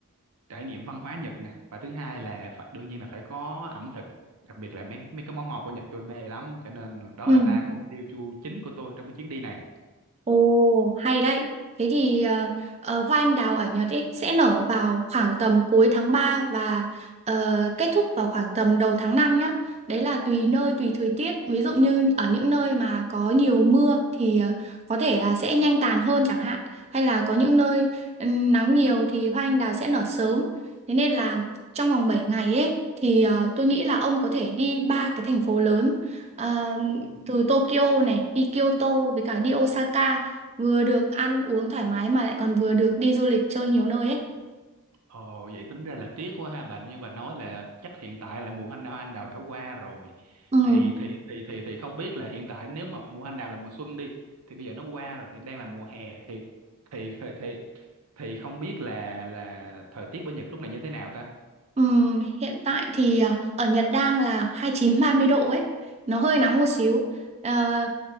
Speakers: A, on the right; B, on the right.
A: trải nghiệm văn hóa Nhật nè và thứ hai là phải, đương nhiên là phải có ẩm thực đặc biệt là mấy cái- mấy cái món ngọt của Nhật tôi mê lắm cho nên đó
B: ừ.
A: là ba cái mục tiêu chu chính của tôi trong cái chuyến đi này
B: Ồ, hay đấy. Thế thì ờ, ờ, hoa anh đào ở Nhật ý, sẽ nở vào khoảng tầm cuối tháng 3 và ờ, kết thúc vào khoảng tầm đầu tháng 5 nhá. Đấy là tùy nơi, tùy thời tiết. Ví dụ như ở những nơi mà có nhiều mưa thì ờ, có thể là sẽ nhanh tàn hơn chẳng hạn. Hay là có những nơi ừ, nắng nhiều thì hoa anh đào sẽ nở sớm. Thế nên là trong vòng 7 ngày ấy thì ờ, tôi nghĩ là ông có thể đi ba cái thành phố lớn. Ờ,
A: Ừ.
B: từ Tokyo này đi Kyoto với cả đi Osaka vừa được ăn uống thoải mái mà lại còn vừa được đi du lịch chơi nhiều nơi ấy.
A: Ồ, vậy tính ra là tiếc quá ha bà như bà nói là chắc hiện tại là mùa hoa hoa anh đào đã qua rồi
B: Ừ.
A: thì thì thì thì thì không biết là hiện tại nếu mà mùa hoa anh đào là mùa xuân đi thì bây giờ nó qua rồi thì đang là mùa hè thì thì thì thì, thì không biết là là thời tiết bên Nhật lúc này như thế nào ta
B: Ừ. Hiện tại thì à, ở Nhật đang là hai mươi chín ba mươi độ ấy, nó hơi nóng một xíu. Ờ,